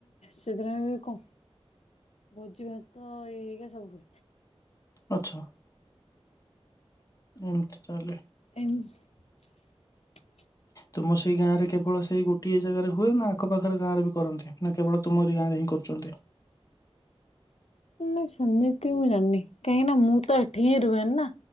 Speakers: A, on the left; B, on the left.
A: ସେଦିନ ବି କଣ ଭୋଜି ଭାତ ଇଏ ହେଇକା ସବୁ।
B: ଆଛା। ଏମିତି ତାହାଲେ।
A: ଏମ୍ <unintelligible>
B: ତୁମ ସେଇ ଗାଁ ରେ କେବଳ ସେଇ ଗୋଟିଏ ଜାଗାରେ ହୁଏ, ନା ଆଖ ପାଖରେ ଗାଁରେ ବି କରନ୍ତି? ନା କେବଳ ତୁମରି ଗାଁରେ ହିଁ କରୁଚନ୍ତି?
A: ମୁଁ ସେମିତି ମୁଁ ଜାଣିନି, କାହିଁକି ନା ମୁଁ ତ ଏଠି ହିଁ ରୁହେନି ନା?